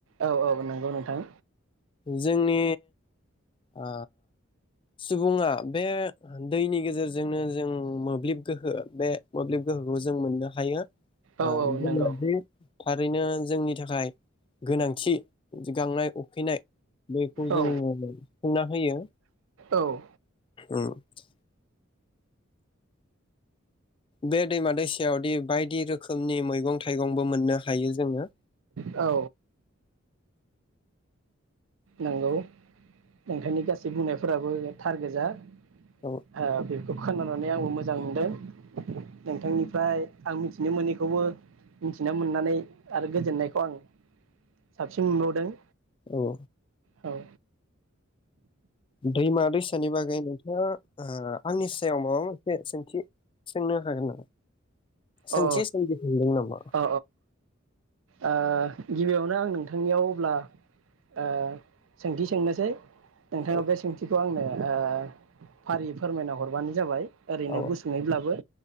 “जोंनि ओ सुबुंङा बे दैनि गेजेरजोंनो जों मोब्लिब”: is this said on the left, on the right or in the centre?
Left